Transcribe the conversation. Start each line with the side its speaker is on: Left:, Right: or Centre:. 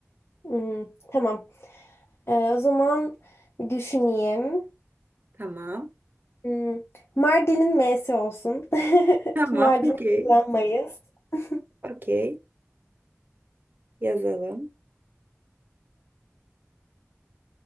Left: Hmm, tamam. Ee, o zaman bir düşüneyim.
Right: Tamam.
Left: Hmm, Mardin'in M'si olsun. <laughs>
Right: Tamam.
Left: Mardin'i
Right: Okey.
Left: kullanmayız. <laughs>
Right: Okey. Yazalım.